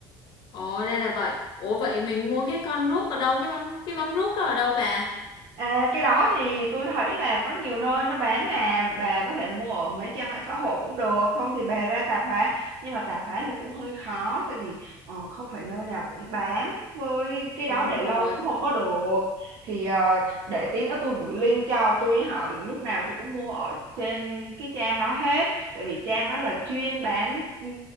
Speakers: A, on the left; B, on the right.
A: Ồ đây là vậy. Ủa vậy mình mua cái con rút ở đâu? Cái mắm cái mắm rút đó ở đâu bà?
B: À, cái đó thì tôi thấy là có nhiều nơi nó bán mà bà có thể mua ở mấy trang mạng xã hội cũng được không thì bà ra tạp hóa nhưng mà tạp hóa thì cũng hơi khó tại vì ờ, không phải nơi nào cũng bán với cái
A: Đúng
B: đó để lâu
A: rồi.
B: cũng không có được thì ờ, để tí nữa tôi gửi link cho tôi hỏi lúc nào tôi cũng mua ở trên cái trang đó hết tại vì trang đó là chuyên bán ừ,